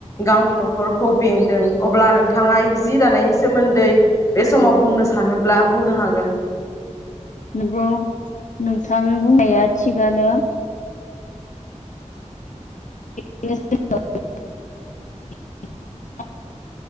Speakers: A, on the left; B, on the left.
A: गावनि न'खर खरखौ बेंदों अब्ला नों थाङा जि दानायनि सोमोन्दै बे समाव बुंनो सानोब्ला बुंनो हागोन
B: नंगौ नोंथां बुंनाया थिगानो <unintelligible>